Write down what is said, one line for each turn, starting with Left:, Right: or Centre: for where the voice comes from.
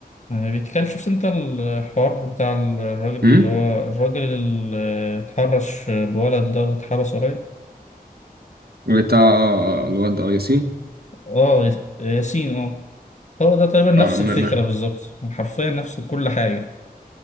Left: آه، بيتكلم شفت أنت الحوار بتاع الراجل اللي
Right: أمم
Left: هو الراجل اللي اتحرش بولد ده واتحبس قريب
Right: بتاع آه، الواد أه ياسين
Left: اه ياسين اه هو ده تقريبا نفس
Right: أه ما
Left: الفكرة
Right: ما
Left: بالظبط حرفيا نفس كل حاجة